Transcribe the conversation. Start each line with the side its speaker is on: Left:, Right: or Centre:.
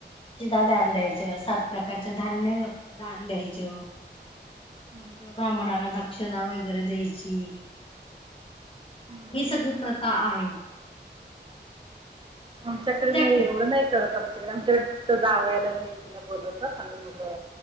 Left: शिधा दान द्यायचं,
Right: हम्म.
Left: सात प्रकारच धान्य दान द्यायचं.
Right: हम्म, हम्म.
Left: किंवा ब्राह्मणाला दक्षिणा वगैरे द्यायची.
Right: हम्म.
Left: ही सगळी प्रथा आहे.
Right: आमच्याकडे
Left: तुमच्याकडे
Right: नाही, एवढं नाही करत आमचं तर आमच्याकडे फक्त जावयाला आणि लेकीला बोलवतात, आणि मग अ